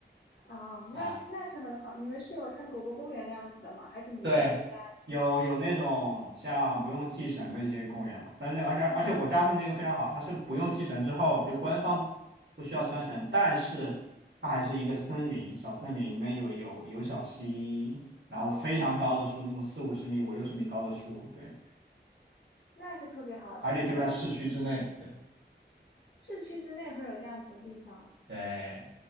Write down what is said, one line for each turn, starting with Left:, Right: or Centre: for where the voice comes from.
Left: 啊、
Right: 啊。
Left: 那是那是很好。你们是有像狗狗公园那样子的吗？还是你们就是在
Right: 对，有有那种像不用祭神的一些公园嘛，但是那而且而且我家附近这个非常好，
Left: 嗯
Right: 它是不用祭神之后，就官方不需要拴绳，但是它还是一个森林，小森林里面有有有小溪，然后非常高的树，
Left: 哦，
Right: 那种四五十米、五六十米高的树，对，
Left: 那是特别好。所以它
Right: 而且就在市区之内，对
Left: 市区之内会有这样子的地方。
Right: 对